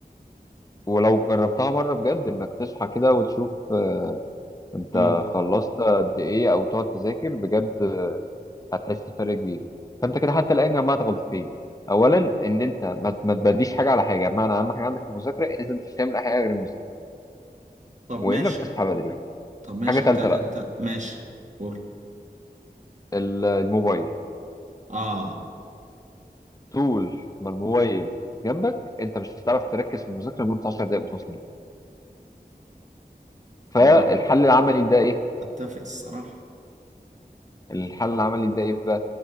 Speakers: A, on the left; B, on the right.
A: ولو جربتها مره بجد انك تصحى كده وتشوف آه، انت
B: مم.
A: خلصت قد ايه او تقعد تذاكر بجد هتحس بفرق كبير فانت كده حتى الان جمعت غلطتين اولا ان انت ما ما تبديش حاجه على حاجه بمعنى اهم حاجه عندك المذاكره اذا انت مش هتعمل اي حاجه غير المذاكره
B: طب
A: وانك
B: ماشي
A: تصحى بدري
B: طب ماشي
A: حاجه ثالثه
B: انت انت
A: بقى
B: ماشي قول
A: ال- الموبايل
B: اه
A: طول ما الموبايل جنبك انت مش هتعرف تركز في المذاكره لمده 10 دقائق متواصلين فالحل
B: هو
A: العملي ده ايه
B: اتفق الصراحة
A: الحل العملي ده ايه بقى